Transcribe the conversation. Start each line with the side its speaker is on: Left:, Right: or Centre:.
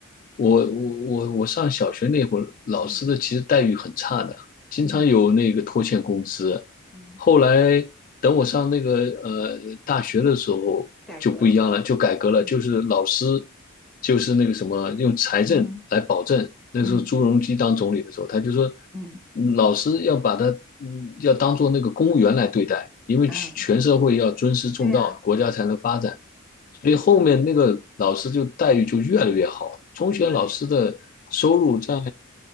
Left: 我我我我上小学那会儿，老师的其实待遇很差的，
Centre: 嗯
Left: 经常有那个拖欠工资，
Centre: 嗯嗯，
Left: 后来等我上那个呃大学的时候就不一样了，
Centre: 改革了吧？
Left: 就改革了，
Centre: 嗯
Left: 就是老师就是那个什么用财政来保证。
Centre: 嗯
Left: 那时候朱镕基当总理的时候，
Centre: 嗯
Left: 他就说，
Centre: 嗯
Left: 嗯老师要把他嗯要当做那个公务员来对待，因为全全社会要尊师重道，
Centre: 嗯，对啊，
Left: 国家才能发展。
Centre: 是，
Left: 所以后面那个老师就待遇就越来越好。中学老师的收入在
Centre: 对，